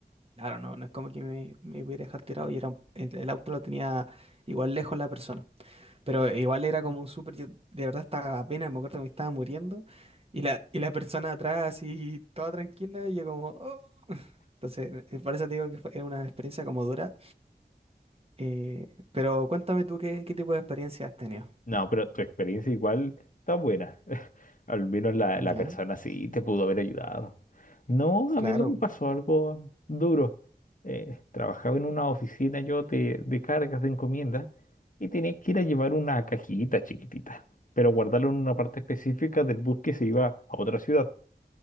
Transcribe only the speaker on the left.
No, pero tu experiencia igual está buena. <laughs> Al menos la,
la persona sí te pudo haber ayudado. No,
a mí no me pasó algo duro. Eh, trabajaba en una oficina yo de, de cargas de encomiendas y tenía que ir a llevar una cajita chiquitita, pero guardarla en una parte específica del bus que se iba a otra ciudad.